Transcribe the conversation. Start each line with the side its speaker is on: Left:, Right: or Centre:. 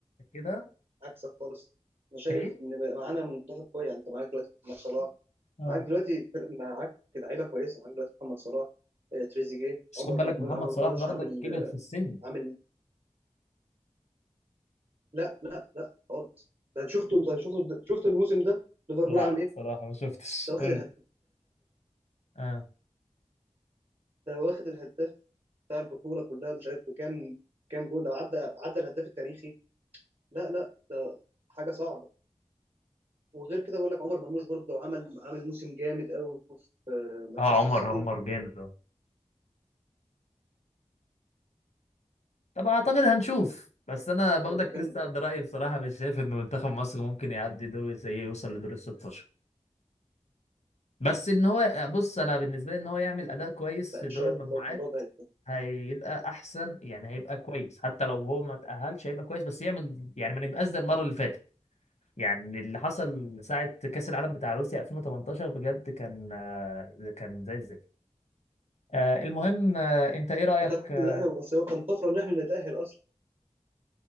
Left: كده
Right: عكسك خالص انا شايف
Left: ايه
Right: ان بقى معانا منتخب كويس يعني انت معاك دلوقتي محمد صلاح
Left: اه
Right: معاك دلوقتي فرق معاك لعيبه كويسه معاك دلوقتي محمد صلاح آه، تريزيجيه
Left: بس
Right: عمر
Left: خد بالك
Right: مرموش
Left: محمد
Right: عمل
Left: صلاح
Right: مرموش
Left: برضك
Right: عامل
Left: كبر في السن
Right: عامل لا لا لا خالص ده شفته انت شفته شفت الموسم ده ليفربول
Left: لا
Right: عامل ايه؟
Left: صراحة ما شفتش
Right: ده واخد
Left: قول
Right: الهداف
Left: اه
Right: ده واخد الهداف بتاع البطوله كلها مش عارف بكام كام جول ده عدى عدى الهداف التاريخي لا لا ده حاجه صعبه وغير كده بقول لك عمر مرموش برضه عمل عامل موسم جامد قوي في آه، مانشستر
Left: اه عمر
Right: سيتي
Left: عمر جامد طب اعتقد هنشوف بس انا باخدك
Right: هو اللي كان
Left: لسه قد رايي بصراحه مش شايف ان منتخب مصر ممكن يعدي دور زي إيه، يوصل لدور ال 16 بس ان هو بص انا بالنسبه لي ان هو يعمل اداء كويس
Right: لا
Left: في
Right: ان
Left: دور
Right: شاء
Left: المجموعات
Right: الله الموضوع ده
Left: هيبقى احسن يعني هيبقى كويس حتى لو هو ما تاهلش هيبقى كويس بس يعمل يعني ما نبقاش زي المره اللي فاتت يعني اللي حصل ساعه كاس العالم بتاع روسيا 2018 بجد كان آه، كان زي الزفت آه، المهم آه، انت ايه رايك
Right: دي كانت
Left: اه
Right: لا هو بس هو كان طفره ان احنا نتاهل اصلا